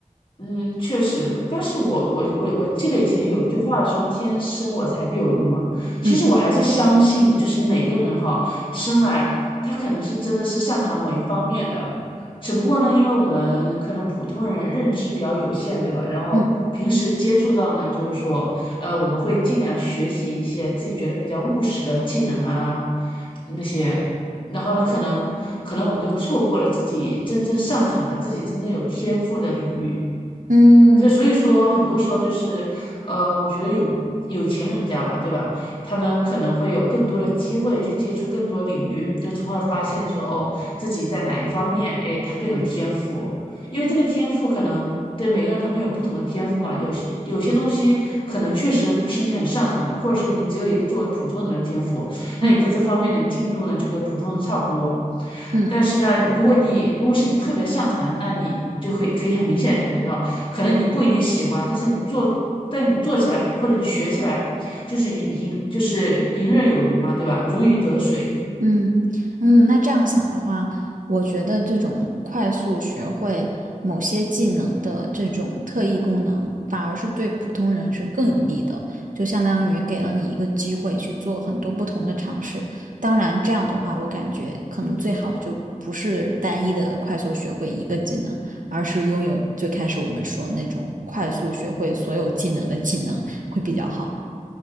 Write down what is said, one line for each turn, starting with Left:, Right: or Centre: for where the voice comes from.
Left: 嗯，确实，但是我我我我记得以前有一句话说“天生我材必有用”嘛，其实我还是相信，
Right: 嗯
Left: 就是每个人哈，生来他可能是真的是擅长某一方面的，只不过呢，因为我们可能普通人认知比较有限，对吧？然后平时接触到呢，
Right: 嗯
Left: 就是说，呃，我们会尽量学习一些自己觉得比较务实的技能啊，那些。然后呢，可能可能我们就错过了自己真正擅长的、自己真正有天赋的领域。
Right: 嗯
Left: 就所以说，很多时候就是，呃，我觉得有有钱人家吧，对吧？他们可能会有更多的机会去接触更多领域，就从而发现说，哦，自己在哪一方面，哎，他更有天赋。因为这个天赋可能对每个人他们有不同的天赋嘛，有些有些东西可能确实不是你很擅长的，或者是你只有一个作为普通人的天赋，那你在这方面的进度呢，
Right: 嗯
Left: 就跟普通人差不多。
Right: 嗯。
Left: 但是呢，如果你如果是你特别擅长的，那你就可以可以很明显的感觉到。可能你不一定喜欢，但是你做，但你做起来或者你学起来，就是游就是游刃有余嘛，对吧？如鱼得水。
Right: 嗯嗯，那这样想的话，我觉得这种快速学会某些技能的这种特异功能，反而是对普通人是更有利的，就相当于给了你一个机会去做很多不同的尝试。当然，这样的话，我感觉可能最好就不是单一的快速学会一个技能，而是拥有最开始我们说那种快速学会所有技能的技能会比较好。